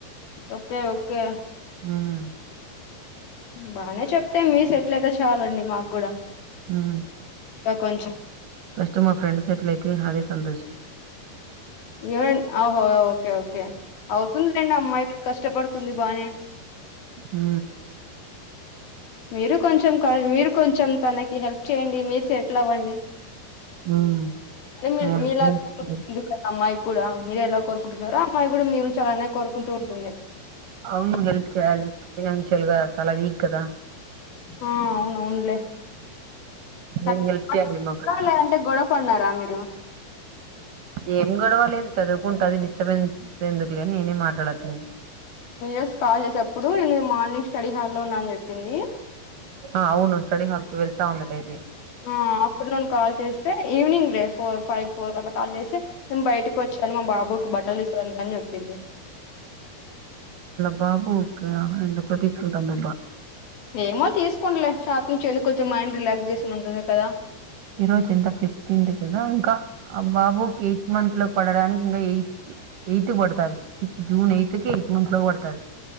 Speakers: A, on the left; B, on the right.
A: ఓకే ఓకే
B: మ్మ్
A: బాగానే చెప్తే మీరు సెట్లయితే చాలండి మాకు కూడా
B: హ్మ్మ్
A: ఇంకా కొంచం
B: ఫస్ట్ మా ఫ్రెండ్ సెటిల్ అయితే అదే సంతోషం
A: ఏమైంది ఆ హో ఓకే ఓకే అవుతుంది లెండి అమ్మాయిలు కష్టపడుతుంది బానే
B: హ
A: మీరు కొంచెం మీరు కొంచెం తనకి హెల్ప్ చేయండి మీరు సెటిల్ అవ్వండి
B: మ్మ్
A: మీ
B: అవును
A: మీలా
B: హెల్ప్
A: కాదు
B: చేయాలి.
A: అమ్మాయి కూడా మీరే ఎలా కోరుకుంటున్నారో అమ్మాయి కూడా మీరుంచి అలానే కోరుకుంటూ ఉంటుంది
B: అవును హెల్ప్ చేయాలి ఫైనాన్షియల్గా చాలా వీక్ కదా
A: ఆ అవును అవును లే <unintelligible>
B: నేను హెల్ప్ చేయాలి మా ఫ్రెండ్
A: గొడవ పడిన్నారా మీరు
B: ఏం గడవ లేదు చదువుకుంటుది డిస్టర్బెన్స్ ఎందుకు లేని నేనే మాట్లాడట్లేదు
A: ఎస్ కాల్ చేసేప్పుడు నేను మార్నింగ్ స్టడీ హాల్లో ఉన్నా అని చెప్పింది
B: ఆ అవును స్టడీ హాల్ కి వెళ్తా ఉంద డైలీ
A: ఆ ఆఫటర్నూన్ కాల్ చేస్తే ఈవనింగ్ రే ఫోర్ ఫైవ్ ఫోర్ క కాల్ చేసి మేము బయటకు వచ్చాను మా బాబుకి బట్టలు తీసుకోనికి కాని చెప్పింది
B: బాబుకే ఎందుకు తీసుకుంటాందబ్బా
A: ఏమో తీసుకోంలే షాప్ నుంచి వెళ్ళకచ్చతే మైండ్ రిలాక్స్ చేషన్ ఉంటుంది కదా
B: ఈరోజు ఎంత ఫిఫ్టీన్ కదా ఇంకా ఆ బాబుకి ఎయిట్ మంత్ లోకి పడడానికి ఇంకా ఎయిత్ ఎయిత్ పడుతుంది సి జూన్ ఎయిత్ కి ఎయిత్ మంత్ లోకి పడుతుంది